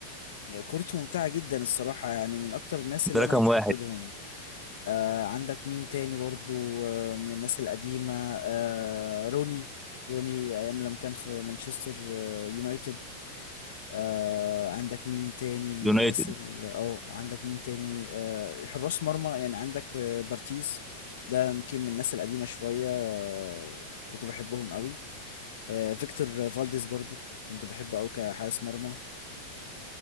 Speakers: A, on the left (about 60°); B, in the centre.
A: يعني كورته ممتعه جدا الصراحه يعني من اكتر الناس اللي
B: ده رقم
A: انا مفتقدهم
B: واحد
A: آه عندك مين تاني برضو آه من الناس القديمة آه روني روني أيام لما كان في مانشستر آه يونايتد آه عندك مين تاني من
B: يونايتد
A: الناس ال- اه عندك مين تاني آه حراس مرمى يعني عندك آه بارتيز ده يمكن من الناس القديمة شوية آه كنت بحبهم قوي آه فيكتور فالديز برضو كنت بحبه قوي كحارس مرمى